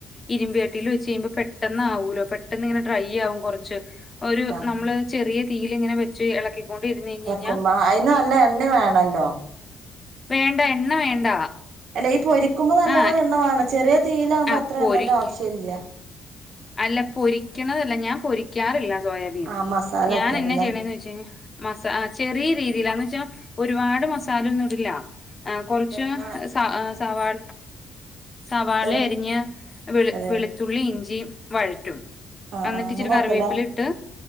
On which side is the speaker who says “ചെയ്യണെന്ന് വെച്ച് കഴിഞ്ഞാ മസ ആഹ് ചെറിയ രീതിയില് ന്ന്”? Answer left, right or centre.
Left